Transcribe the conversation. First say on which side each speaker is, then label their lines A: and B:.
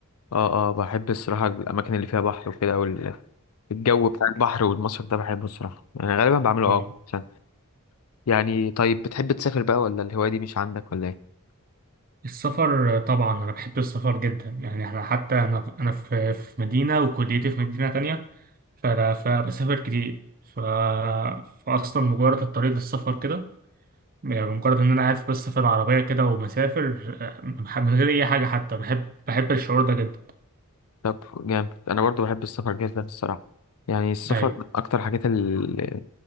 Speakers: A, on the left; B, on the right.
A: اه اه بحب الصراحة الاماكن اللي فيها بحر وكده وال- الجو بتاع البحر والمصيف ده بحبه الصراحة يعني غالبا بعمله
B: مم.
A: اه عشان يعني طيب بتحب تسافر بقى ولا الهواية دي مش عندك ولا ايه؟
B: السفر طبعا انا بحب السفر جدا يعني احنا حتى انا انا في في مدينه وكليتي في مدينه تانية فلا فبسافر كتير ف... فاصلا مجرد الطريق للسفر كده يعني مجرد ان انا قاعد بس في العربيه كده ومسافر آه، من ح- من غير اي حاجه حتى بحب بحب الشعور ده جدا
A: طب جامد انا برضو بحب السفر جدا الصراحة يعني السفر
B: اي
A: من اكتر حاجات اللي